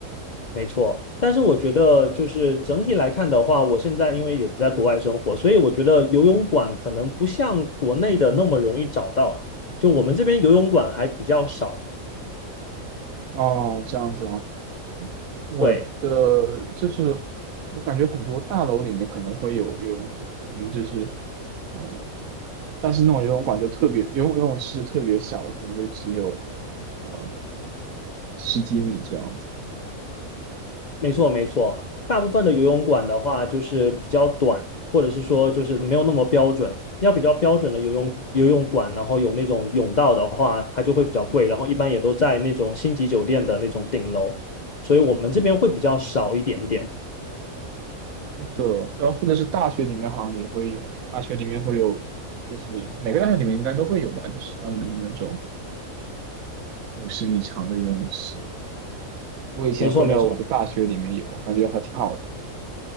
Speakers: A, on the left; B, on the right.
A: 没错。但是我觉得，就是整体来看的话，我现在因为也在国外生活，所以我觉得游泳馆可能不像国内的那么容易找到。就我们这边游泳馆还比较少，
B: 哦，这样子啊。哎，我的就是我感觉很多大楼里面可能会有游泳馆，
A: 对。
B: 可能就是呃，但是那种游泳馆就特别，游泳游泳池就特别小了，可能就只有呃十几米这样子。
A: 没错，没错。大部分的游泳馆的话，就是比较短，或者是说就是没有那么标准。要比较标准的游泳游泳馆，然后有那种泳道的话，它就会比较贵。然后一般也都在那种星级酒店的那种顶楼，所以我们这边会比较少一点点。
B: 的。然后或者是大学里面好像也会有，大学里面会有，就是每个大学里面应该都会有吧，就是专门的那种五十米长的游泳池。我以前会在我的大学里面有，
A: 没错，没错，
B: 我感觉还挺好的。